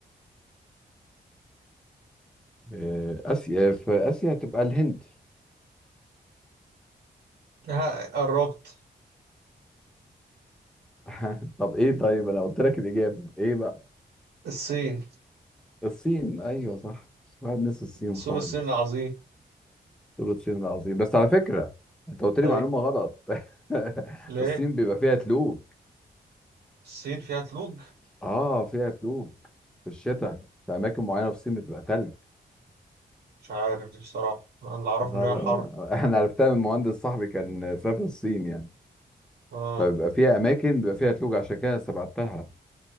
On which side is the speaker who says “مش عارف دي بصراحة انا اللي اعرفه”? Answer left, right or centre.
Right